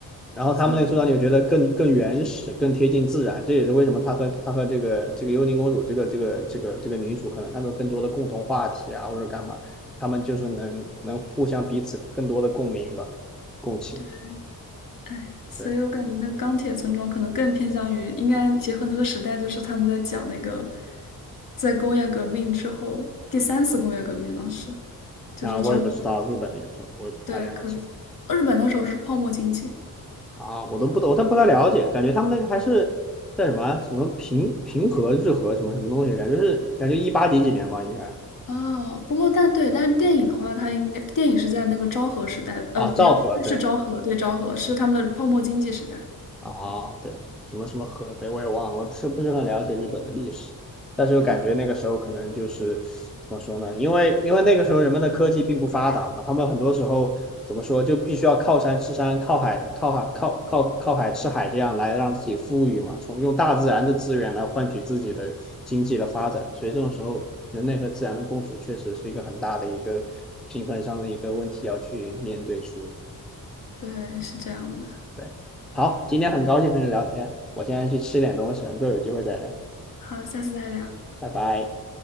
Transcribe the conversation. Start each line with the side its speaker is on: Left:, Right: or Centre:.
Centre: 然后他们那个村长就觉得更更原始，
Left: 所以
Centre: 更贴近自然，这也是为什么他和他和这个这个幽灵公主这个这个这个这个女主可能他们有更多的共同话题啊，或者干嘛，他们就是能能互相彼此更多的共鸣吧，共情。
Left: 对。哎，所以我感觉那个钢铁村庄可能更偏向于，
Centre: 对，
Left: 应该结合那个时代，就是他们在讲那个，在工业革命之后，第三次工业革命当时，就是之后，
Centre: 那我也不知道日本那个时候，我也不太了解。
Left: 对，可以。日本那时候是泡沫经济。
Centre: 啊，我都不懂，我都不太了解，感觉他们那个还是在什么啊什么平平和日和什么什么东西，感觉是感觉一八几几年吧，应该
Left: 哦，不过但对，但是电影的话，它应该电影是在那个昭和时代，
Centre: 啊，
Left: 呃，不是，
Centre: 昭和，对。
Left: 是昭和，对，昭和是他们的泡沫经济时代
Centre: 啊，对，什么什么河，对，我也忘了，我不是不是很了解日本的历史，但是又感觉那个时候可能就是怎么说呢？
Left: 啊，
Centre: 因为因为那个时候人们的科技并不发达嘛他们很多时候怎么说就必须要靠山吃山，靠海靠海靠靠靠海吃海，这样来让自己富裕嘛，从用大自然的资源来换取自己的经济的发展，所以这种时候人类和自然的共处确实是一个很大的一个平衡上的一个问题要去面对处理。
Left: 对，是这样的。
Centre: 对，好，今天很高兴和你聊天，我现在去吃点东西，我们之后有机会再聊，
Left: 好，下次再聊，
Centre: 拜拜。